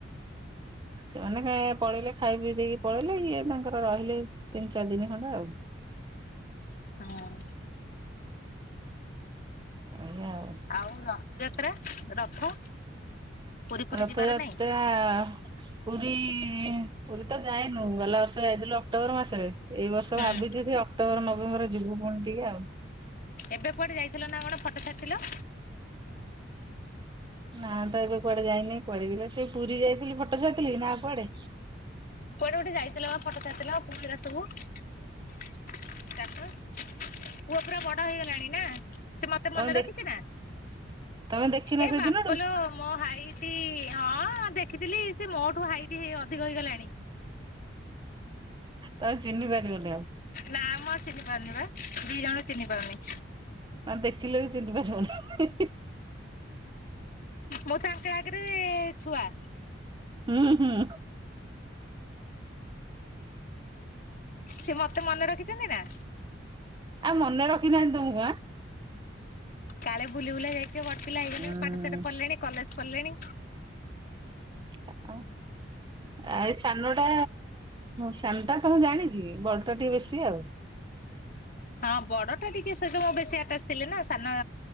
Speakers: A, on the left; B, on the right.
A: <inaudible>
B: ସେମାନେ ପଳେଇଲେ ଖାଇ ପିଇ ଦେଇକି ପଳେଇଲେ ଇଏ ତାଙ୍କର ରହିଲେ ତିନି ଚାରି ଦିନି ଖଣ୍ଡେ ଆଉ।
A: ହୁଁ।
B: ଆଜ୍ଞା ଆଉ।
A: ଆଉ ରଥଯାତ୍ରା ରଥ ପୁରୀ ଫୁରୀ
B: ରଥଯାତ୍ରା
A: ଯିବାର ନାଇଁ
B: ପୁରୀ ପୁରୀ ତ ଯାଇନୁ ଗଲା ବର୍ଷ ଯାଇଥିଲୁ ଅକ୍ଟୋବର ମାସରେ। ଏଇ ବର୍ଷ
A: ହୁଁ।
B: ଭାବିଚି ସେ ଅକ୍ଟୋବର, ନଭେମ୍ବର ଯିବୁ ପୁଣି ଟିକେ ଆଉ।
A: ଏବେ କୁଆଡେ ଯାଇଥିଲ ନା କଣ ଫଟୋ ଛାଡ଼ିଥିଲ?
B: ନା ତ ଏବେ କୁଆଡେ ଯାଇନିଁ ପଇ ସେ ପୁରୀ ଯାଇଥିଲି ଫଟୋ ଛାଇଥିଲି କି ନା କୁଆଡେ?
A: କୁଆଡେ ଗୋଟେ ଯାଇଥିଲ ବା ଫଟୋ ଛାଡିଥିଲ ପୁଅ ହେଗା ସବୁ। ଷ୍ଟାଟସ୍ ପୁଅ ପୁରା ବଡ ହେଇଗଲାଣି ନା ସେ ମତେ ସେ ମନେ
B: ତମେ ଦେଖ
A: ରଖିଚି ନା
B: ତମେ ଦେଖିନ
A: ଏ
B: ସେଦିନଠୁ
A: ବାପଲେ ମୋ ଭାଇ ଟି ହଁ ଦେଖିଥିଲି ସେ ମୋ ଠୁ ହାଇଟ୍ ହେଇ ଅଧିକ ହେଇଗଲାଣି।
B: ତାକୁ ଚିହ୍ନି ପାରିବନି ଆଉ।
A: ନା ମୁଁ ଆଉ ଚିହ୍ନି ପାରୁନି ପା ଦି ଜଣ ଚିହ୍ନି ପାରୁନି।
B: ଦେଖିଲେ ବି ଚିହ୍ନି ପାରିବୁନି।
A: ମୁଁ ତାଙ୍କ ଆଗରେ ଛୁଆ।
B: ହୁଁ ହୁଁ।
A: ସେ ମତେ ମନେ ରଖିଚନ୍ତି ନା?
B: ଆଉ ମନେ ରଖି ନାହାନ୍ତି ତମକୁ ଆଁ।
A: କାଳେ ବୁଲି ବୁଲା ଯାଇିଥିବେ ବଡ ପିଲା ହେଇଗଲେଣି
B: ହୁଁ।
A: ପାଠ ସାଠ ପଢିଲେଣି କଲେଜ ପଢିଲେଣି।
B: <unintelligible> ଆ ଏଇ ସାନଟା ସାନ ଟା ତମକୁ ଜାଣିଚି ବଡ ଟା ଟିକେ ବେଶୀ ଆଉ।
A: ହଁ ବଡଟା ଟିକେ ସେ ଯୋ ବେଶୀ ଆଟାଚ ଥିଲେ ନା ସାନ